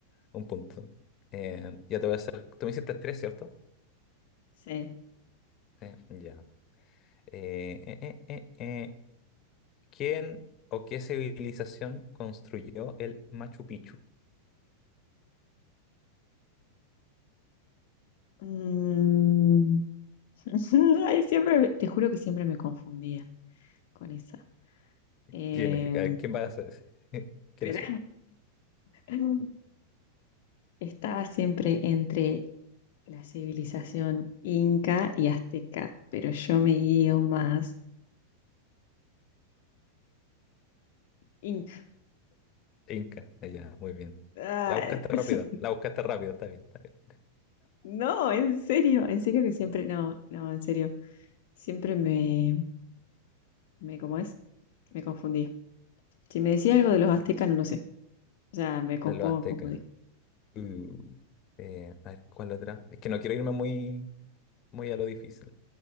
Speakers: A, on the left (about 35°); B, on the left (about 50°).
A: Un punto. Eh, ya te voy a hacer. Tú me hiciste tres, ¿cierto?
B: Sí.
A: Sí, ya. Eh, eh, eh, eh, eh, ¿Quién o qué civilización construyó el Machu Picchu?
B: Mm, <laughs> Ay, siempre, me- te juro que siempre me confundía con esa. Eh,
A: ¿Quién es? A ver, ¿Quién va a ser ese? <laughs> ¿Quiénes
B: pero
A: son?
B: <laughs> estaba siempre entre la civilización inca y azteca, pero yo me guío más inca.
A: Inca, Eh, ya, muy bien.
B: Ah,
A: La buscaste rápido,
B: <laughs>
A: la buscaste rápido, está bien, está bien.
B: no, en serio, en serio que siempre, no, no, en serio, siempre me, me, ¿cómo es? Me confundía. Si me decía algo de los aztecas, no lo sé, ya me co-
A: De los
B: puedo
A: aztecas.
B: confundir.
A: Uh, eh, a ver, ¿cuál otra? Es que no quiero irme muy, muy a lo difícil.